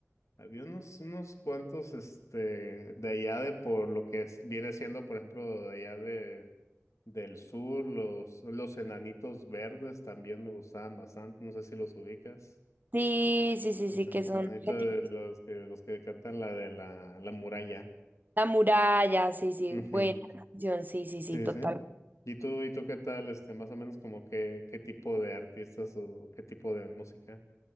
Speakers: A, on the left (about 70°); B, on the right (about 35°).
A: Había unos unos cuantos este de allá de por lo que es- viene siendo, por ejemplo, de allá de del sur, los los Enanitos Verdes también me gustaban bastante, no sé si los ubicas.
B: Sí, sí, sí, sí,
A: El
B: que
A: enanito
B: son argentinos.
A: de los que, los que cantan la de la, la muralla.
B: La muralla, sí, sí,
A: Ujú.
B: buena canción, sí, sí,
A: Sí,
B: sí, total.
A: sí. ¿Y tú, y tú qué tal, este, más o menos como qué, qué tipo de artistas o qué tipo de música?